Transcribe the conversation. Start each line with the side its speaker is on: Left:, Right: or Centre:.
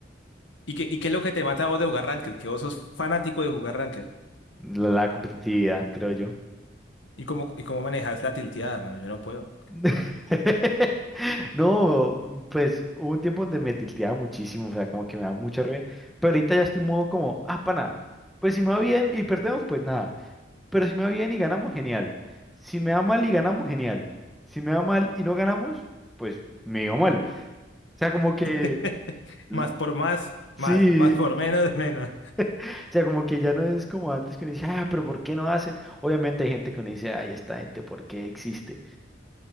Left: ¿Y qué, y qué es lo que te mata a vos de jugar Ranked? Que vos sos fanático de jugar Ranked.
Centre: La, la competitividad, creo yo.
Left: ¿Y cómo, y cómo manejas la tilteada, mano? Yo no puedo.
Centre: <laughs> No, pues hubo un tiempo donde me tilteaba muchísimo, o sea, como que me da mucha re, pero ahorita ya estoy en modo como, ah, pana, pues si me va bien y perdemos, pues nada, pero si me va bien y ganamos, genial, si me va mal y ganamos, genial, si me va mal y no ganamos, pues me iba mal, o sea, como que,
Left: <laughs>
Centre: l-
Left: Más por más,
Centre: sí,
Left: más, más por menos, <laughs> menos.
Centre: o sea, como que ya no es como antes que uno dice, ah, pero ¿por qué no hacen? Obviamente hay gente que uno dice, ay, esta gente, ¿por qué existe?